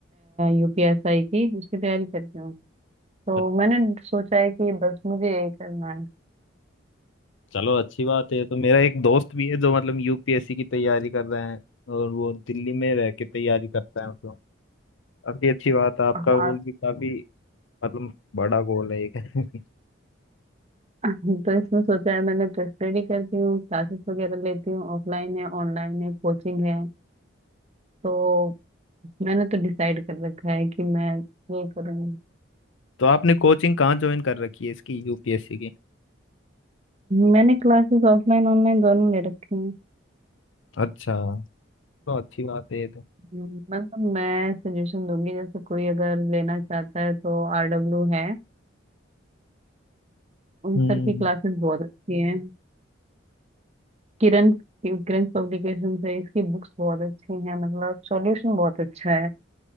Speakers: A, on the right; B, on the left.
A: यूपीएसआई की उसकी तैयारी कर रही हूँ तो
B: हो
A: मैंने सोचा है कि बस मुझे यही करना है
B: चलो अच्छी बात है तो मेरा एक दोस्त भी है जो मतलब यूपीएससी की तैयारी कर रहे हैं और वो दिल्ली में रह के तैयारी करता है मतलब काफी अच्छी बात है आपका
A: हाँ
B: गोल भी काफी मतलब बड़ा गोल है एक <laughs>
A: <laughs> तो इसमें सोचा है मैंने तो स्टडी करती हूँ क्लासेस वगैरह लेती हूँ ऑफलाइन है ऑनलाइन है कोचिंग है तो मैंने तो डिसाइड कर रखा है कि मैं यही करूँगी
B: तो आपने कोचिंग कहाँ ज्वाइन कर रखी है इसकी यूपीएससी की
A: मैंने क्लासेस ऑफलाइन ऑनलाइन दोनों ले रखी हैं
B: अच्छा तो अच्छी बात है ये तो
A: हम्म, मतलब मैं सजेशन दूंगी जैसे कोई अगर लेना चाहता है तो आरडब्ल्यू है उन
B: हम्म
A: सर की क्लासेस बहुत अच्छी हैं किरण किरण पब्लिकेशन से इसकी बुक्स बहुत अच्छी हैं मतलब सॉल्यूशन बहुत अच्छा है